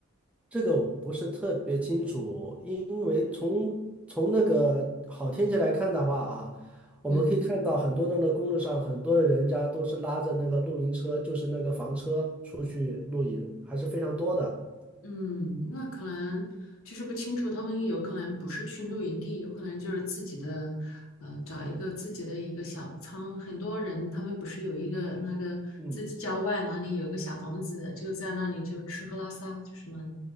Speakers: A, in the centre; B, on the left (about 70°).
A: 这个我不是特别清楚，因为从从那个好天气来看的话啊，我们可以看到很多人的那公路上，
B: 嗯。
A: 很多的人家都是拉着那个露营车，就是那个房车出去露营，还是非常多的。
B: 嗯，那可能就是不清楚，他们有可能不是去露营地，有可能就是自己的，呃，找一个自己的一个小仓。很多人他们不是有一个那个自己郊外哪里有个小房子，
A: 嗯，
B: 就在那里就吃喝拉撒，就是那里。